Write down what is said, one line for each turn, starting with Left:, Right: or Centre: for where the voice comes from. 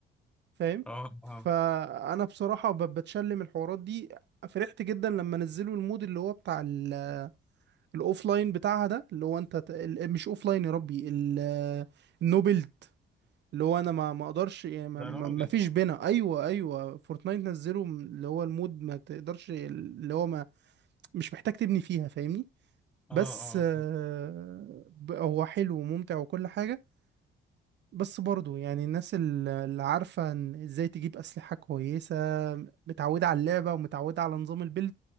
Right: فاهم
Centre: اه
Right: فانا
Centre: اه
Right: بصراحة ب- بتشلم الحوارات دي فرحت جدا لما نزلوا المود اللي هو بتاع ال الاوفلاين بتاعها ده اللي هو انت ت- ال- مش اوفلاين يا ربي ال- النوبلد اللي هو انا ما ما اقدرش يعني ما
Centre: يا
Right: ما-
Centre: راجل
Right: ما فيش بينا ايوه ايوه فورتنايت نزلوا م- اللي هو المود ما تقدرش اللي هو ما مش محتاج تبني فيها فاهمني بس
Centre: اه اه
Right: آه،
Centre: آه.
Right: ب- هو حلو وممتع وكل حاجة بس برضه يعني الناس ال- اللي عارفة إن ازاي تجيب أسلحة كويسة متعودة على اللعبة ومتعودة على نظام البيلد